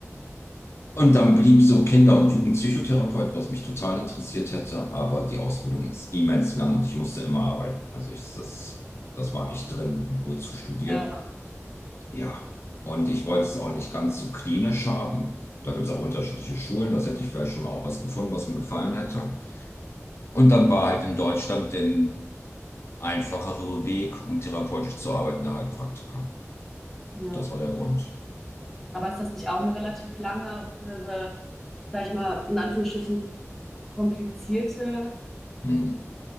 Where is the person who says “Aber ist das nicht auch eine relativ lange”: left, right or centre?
Centre